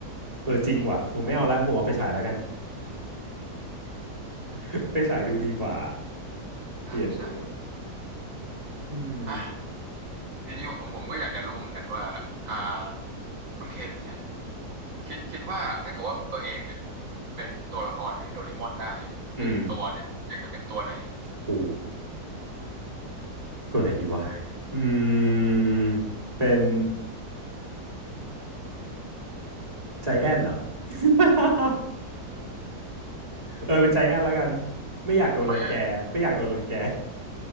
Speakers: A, on the right; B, on the right.
A: เออจริงว่ะผมไม่เอาละผมเอาไฟฉายแล้วกัน <laughs> ไฟฉายดูดีกว่า
B: ใช่ใช่
A: เปลี่ยนเปลี่ยนอืม
B: อ่ะทีนี้ผมผมก็อยากจะรู้เหมือนกันว่าอ่าคุณเคนเนี่ยคิดคิดว่าถ้าเกิดว่าตัวเองเนี่ยเป็นตัวละครในโดเรมอนได้หนึ่งตัวเนี่ยอยากจะเป็นตัวไหน
A: อืมโอ้โหตัวไหนดีวะอืมเป็นใจแอนเหรอ <laughs> เออเป็นใจแอนแล้วกันไม่อยากโดนรังแกไม่อยากโดนรังแก
B: ทำไมอ่ะ